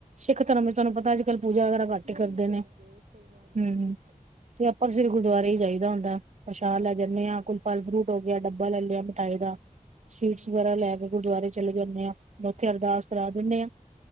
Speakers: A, on the right; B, on the right.
A: ਸਿੱਖ
B: ਅੱਛਾ
A: ਧਰਮ
B: ਅੱਛਾ
A: ਚ ਤੁਹਾਨੂੰ ਪਤਾ ਅੱਜ ਕੱਲ ਪੂਜਾ ਵਗੈਰਾ ਘੱਟ
B: ਨਹੀਂ
A: ਕਰਦੇ ਨੇ
B: ਸਹੀ ਗੱਲ
A: ਹਮ
B: ਹੈ
A: ਤੇ ਆਪਾਂ ਸਿਰ ਗੁਰਦੁਆਰੇ ਹੀ ਚਾਹੀਦਾ ਹੁੰਦਾ ਪਸ਼ਾਹ ਲੈ
B: ਅੱਛਾ
A: ਜਾਂਦੇ ਹਾਂ ਕੋਈ ਫਲ ਫਰੂਟ ਹੋ ਗਿਆ ਡੱਬਾ ਲੈ ਲਿਆ ਦਾ ਸਵੀਟਸ
B: ਹੂੰ
A: ਵਗੈਰਾ
B: ਹੂੰ
A: ਲੈ ਕੇ ਗੁਰਦਆਰੇ ਜਾਂਦੇ ਆ ਉੱਥੇ ਅਰਦਾਸ ਕਰਾ ਦਿੰਦੇ ਆਂ